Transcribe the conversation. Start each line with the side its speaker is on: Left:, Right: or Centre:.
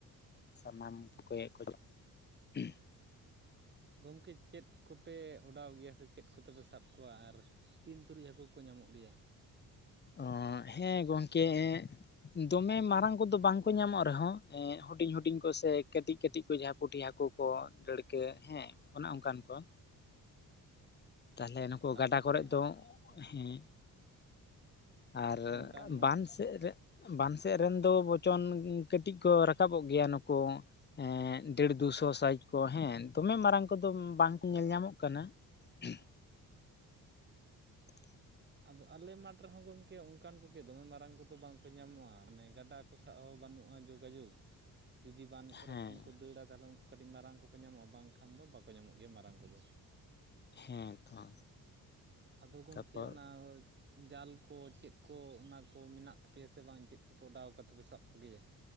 Left: ᱥᱟᱱᱟᱢ <unintelligible>
Right: ᱜᱚᱢᱠᱮ ᱪᱮᱫ ᱠᱚᱯᱮ ᱚᱰᱟᱣ ᱜᱮᱭᱟ ᱥᱮ ᱪᱮᱫ ᱠᱚᱛᱮᱯᱮ ᱥᱟᱵ ᱠᱚᱣᱟ? ᱟᱨ ᱛᱤᱱ ᱛᱩᱨᱩᱡ ᱦᱟᱹᱠᱳ ᱠᱚ ᱧᱟᱢᱚᱜ ᱜᱮᱭᱟ᱾
Left: ᱚ ᱦᱮᱸ ᱜᱚᱢᱠᱮ, ᱫᱚᱢᱮ ᱢᱟᱨᱟᱝ ᱠᱚᱫᱚ ᱵᱟᱝᱠᱚ ᱧᱟᱢᱚᱜ ᱨᱮᱦᱚᱸ ᱮᱸ ᱦᱩᱰᱤᱧ ᱦᱩᱰᱤᱧ ᱠᱚ ᱥᱮ ᱠᱟᱹᱴᱤᱡ ᱠᱟᱹᱴᱤᱡ ᱠᱚ ᱡᱟᱦᱟᱸᱭ ᱯᱩᱴᱷᱤ ᱦᱟᱹᱠᱩ ᱠᱚ ᱰᱟᱹᱲᱠᱟᱹ ᱦᱮᱸ ᱚᱱᱮ ᱚᱱᱠᱟᱱ ᱠᱚ᱾ ᱛᱟᱞᱦᱮ ᱱᱩᱠᱩ
Right: ᱟᱨ
Left: ᱜᱟᱰᱟ
Right: ᱩᱱᱠᱩ
Left: ᱠᱚᱨᱮᱜ
Right: ᱡᱟᱦᱟᱸ
Left: ᱫᱚ ᱦᱮᱸ ᱟᱨ
Right: ᱚᱱᱠᱟᱱ
Left: ᱵᱟᱱᱥ ᱥᱮᱜ ᱨᱮ ᱵᱟᱱ ᱥᱮᱜ ᱨᱮᱱ ᱫᱚ ᱵᱚᱪᱚᱱ ᱠᱟᱹᱴᱤᱡ ᱠᱚ ᱨᱟᱠᱟᱵᱚᱜ ᱜᱮᱭᱟ ᱱᱩᱠᱩ ᱦᱮᱸ ᱫᱮᱲ ᱫᱩᱥᱚ ᱥᱟᱭᱤᱡ ᱠᱚ ᱦᱮᱸ ᱫᱚᱢᱮ ᱢᱟᱨᱟᱝ ᱠᱚᱫᱚ ᱵᱟᱝ ᱠᱚ ᱧᱮᱞ ᱧᱟᱢᱚᱜ ᱠᱟᱱᱟ᱾ <inaudible>
Right: ᱟᱫᱚ ᱟᱞᱮ ᱢᱟᱴᱷ ᱨᱮᱦᱚᱸ ᱜᱚᱢᱠᱮ ᱚᱱᱠᱟᱱ ᱠᱚᱜᱮ ᱫᱚᱢᱮ ᱢᱟᱨᱟᱝ ᱠᱚᱫᱚ ᱵᱟᱝᱠᱚ ᱧᱟᱢᱚᱜᱼᱟ ᱢᱟᱱᱮ ᱜᱟᱰᱟ, ᱠᱚ ᱥᱟᱜ ᱦᱚᱸ ᱵᱟᱹᱱᱩᱜᱼᱟ ᱡᱳᱜᱟᱡᱳᱜᱽ᱾ ᱡᱩᱫᱤ ᱵᱟᱱ ᱠᱚ
Left: ᱦᱮᱸ
Right: ᱨᱮ ᱠᱷᱚᱱ ᱠᱚ ᱫᱟᱹᱲᱟ ᱛᱟᱦᱞᱮ ᱩᱱᱠᱩ ᱠᱟᱹᱴᱤᱡ ᱢᱟᱨᱟᱝ ᱠᱚᱠᱚ ᱧᱟᱢᱚᱜᱼᱟ ᱵᱟᱝᱠᱷᱟᱱ ᱫᱚ ᱵᱟᱠᱚ ᱧᱟᱢᱚᱜ ᱜᱮᱭᱟ ᱢᱟᱨᱟᱝ ᱠᱚᱫᱚ
Left: ᱦᱮᱸ ᱛᱚ
Right: ᱟᱫᱚ ᱜᱚᱢᱠᱮ
Left: ᱛᱟᱯᱚᱨ
Right: ᱚᱱᱟ <inaudible> ᱡᱟᱞ ᱠᱚ ᱪᱮᱫ ᱠᱚ ᱚᱱᱟ ᱠᱚ ᱢᱮᱱᱟᱜ ᱛᱟᱯᱮᱭᱟ ᱥᱮ ᱵᱟᱝ ᱪᱮᱫ ᱠᱚᱯᱮ ᱚᱰᱟᱣ ᱠᱟᱛᱮ ᱯᱮ ᱥᱟᱵ ᱠᱚᱜᱮᱭᱟ